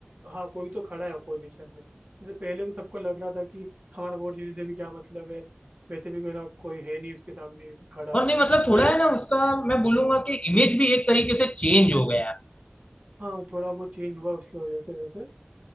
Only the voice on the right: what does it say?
हाँ कोई तो खड़ा है अपोजिशन में मतलब पहले तो सबको लग रहा था कि हमारा वोट जीतने से भी क्या मतलब है वैसे भी कोई ना कोई है नहीं उसके सामने खड़ा
लेकिन
हाँ थोड़ा बहुत चेंज हुआ उसकी वजह से वैसे